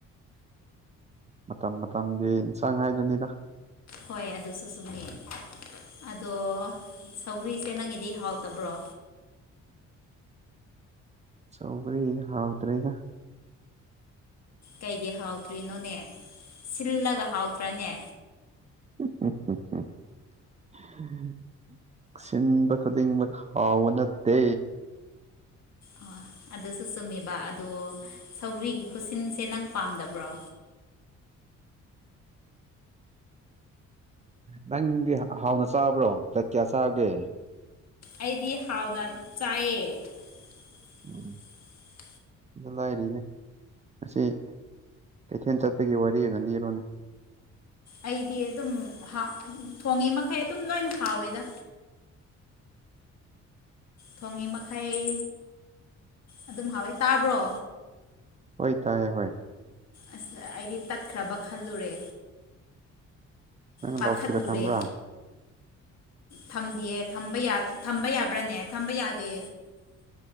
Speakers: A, on the right (about 25°); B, on the left (about 60°).
A: ꯃꯇꯝ ꯃꯇꯝꯒꯤ ꯏꯟꯁꯥꯡ ꯍꯥꯏꯗꯨꯅꯤꯗ
B: ꯍꯣꯏ ꯑꯗꯨꯁꯨ ꯆꯨꯝꯃꯦ ꯑꯗꯣ ꯁꯧꯒ꯭ꯔꯤꯁꯦ ꯅꯪꯒꯤꯗꯤ ꯍꯥꯎꯇꯕ꯭ꯔꯣ
A: ꯆꯧꯒꯔꯤ ꯗꯤ ꯍꯥꯎꯇ꯭ꯔꯦꯗ
B: ꯀꯩꯒꯤ ꯍꯥꯎꯇ꯭ꯔꯤꯅꯣꯅꯦ ꯁꯤꯜꯂꯒ ꯍꯥꯎꯇ꯭ꯔꯥꯅꯦ
A: <unintelligible> ꯁꯤꯟꯕ ꯈꯨꯗꯤꯡꯃꯛ ꯍꯥꯎꯕ ꯅꯠꯇꯦ
B: ꯑꯣ ꯑꯗꯨꯁꯨ ꯆꯨꯝꯃꯤꯕ ꯑꯗꯣ ꯁꯧꯒ꯭ꯔꯤꯒꯤ ꯈꯨꯁꯤꯟꯁꯦ ꯅꯪ ꯄꯥꯝꯗꯕ꯭ꯔꯣ
A: ꯅꯪꯗꯤ ꯍꯥꯎꯅ ꯆꯥꯕ꯭ꯔꯣ ꯗꯠꯛ ꯀꯌꯥ ꯆꯥꯒꯦ
B: ꯑꯩꯗꯤ ꯍꯥꯎꯅ ꯆꯥꯏꯌꯦ <inaudible>
A: ꯎꯝ ꯑꯗꯨ ꯂꯥꯏꯔꯤꯅꯦ ꯉꯁꯤ ꯀꯩꯊꯦꯟ ꯆꯠꯄꯒꯤ ꯋꯥꯔꯤ ꯑꯣꯏꯅ ꯂꯤꯔꯣꯅꯦ
B: ꯑꯩꯗꯤ ꯑꯗꯨꯝ ꯍꯥꯎ ꯊꯣꯡꯉꯤ ꯃꯈꯩ ꯑꯗꯨꯝ ꯅꯣꯏꯅ ꯍꯥꯎꯋꯦꯗ ꯊꯣꯡꯉꯤ ꯃꯈꯩ ꯑꯗꯨꯝ ꯍꯥꯎꯌꯋꯦ ꯇꯥꯕ꯭ꯔꯣ
A: ꯍꯣꯏ ꯇꯥꯏꯌꯦ ꯍꯣꯏ
B: ꯑꯁ ꯑꯩꯗꯤ ꯇꯠꯈ꯭ꯔꯕ ꯈꯜꯂꯨꯔꯦ
A: ꯅꯪ
B: ꯄꯈꯠꯂꯨꯔꯦ
A: ꯂꯥꯎꯠ ꯏꯁꯄꯤꯀꯔ ꯊꯝꯕ꯭ꯔꯥ
B: ꯊꯝꯗꯤꯌꯦ ꯊꯝꯕ ꯌꯥ ꯊꯝꯕ ꯌꯥꯕ꯭ꯔꯥꯅꯦ ꯊꯝꯕ ꯌꯥꯗꯦ